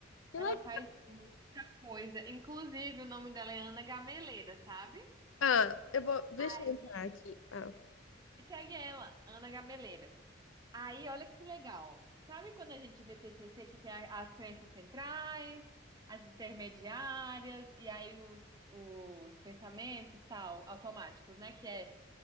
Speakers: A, on the left; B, on the right.
A: Que
B: Ela
A: legal.
B: faz muita coisa. Inclusive, o nome dela é Ana Gameleira, sabe?
A: Ah, eu vou, deixa
B: Aí,
A: eu entrar aqui. Ah.
B: segue ela, Ana Gameleira. Aí, olha que legal. Sabe quando a gente vê TCC que tem a- as crenças centrais, as intermediárias e aí os, os pensamentos tal, automáticos, né? Que é